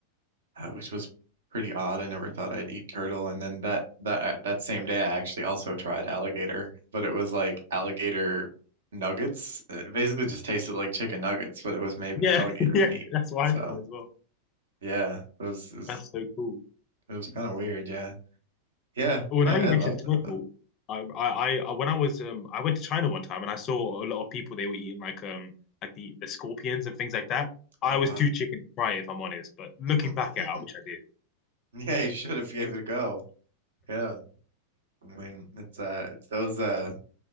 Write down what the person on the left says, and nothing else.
Yeah,
<laughs> yeah,
that's what
I thought as well.
That's so cool.
Well,
now
you mentioned
turtle,
I, I, I, I- when I was, um, I went to China one time and I saw a lot of people. They were eating like, um, like the the scorpions and things like that. I
was
too chicken to try it, if I'm honest. But looking
back at it, I
wish I did.